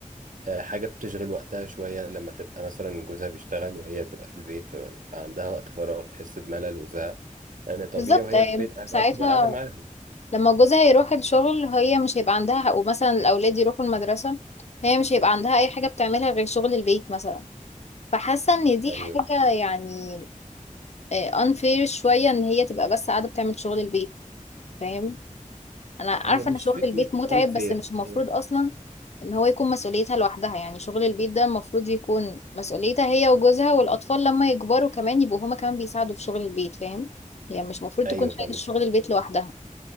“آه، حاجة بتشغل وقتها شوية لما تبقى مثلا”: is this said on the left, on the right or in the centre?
Right